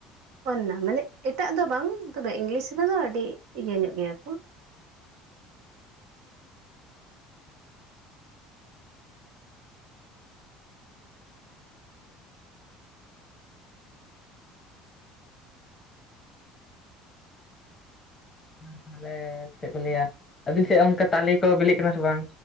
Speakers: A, on the right (about 65°); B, on the left (about 15°).
A: ᱚᱱᱟ ᱢᱟᱱᱮ ᱮᱴᱟᱜ ᱫᱚ ᱵᱟᱝ, ᱛᱚᱵᱮ ᱤᱝᱜᱞᱤᱥ ᱨᱮᱫᱚ ᱟᱹᱰᱤ ᱤᱭᱟᱹ ᱧᱚᱜ ᱜᱮᱭᱟ ᱠᱚ᱾
B: ᱟᱨ ᱛᱟᱦᱚᱞᱮ ᱪᱮᱜ ᱠᱚ ᱞᱟᱹᱭᱟ, ᱟᱹᱵᱤᱱ ᱥᱮᱜ ᱚᱱᱠᱟ ᱛᱟᱞᱤ‌ ᱠᱚ ᱵᱮᱞᱮᱜ ᱠᱟᱱᱟ ᱥᱮ ᱵᱟᱝ?